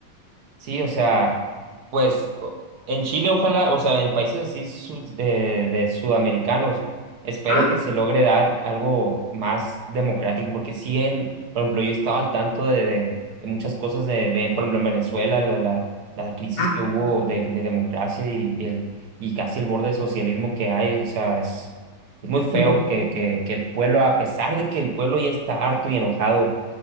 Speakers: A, on the right; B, on the left.
A: Sí, o sea, pues o- en Chile, ojalá, o sea, en países así sud- eh, de sudamericanos, espero
B: Ah,
A: que se logre dar algo más democrático, porque sí, en, por ejemplo, yo estaba al tanto de, de- de muchas cosas de, de, por ejemplo, en Venezuela, la, la, la crisis
B: Ah,
A: que hubo de, de democracia y, y el, y casi el borde de socialismo que hay, o sea, es, es muy feo
B: yo creo que
A: que, que, que el pueblo, a pesar de que el pueblo ya está harto y enojado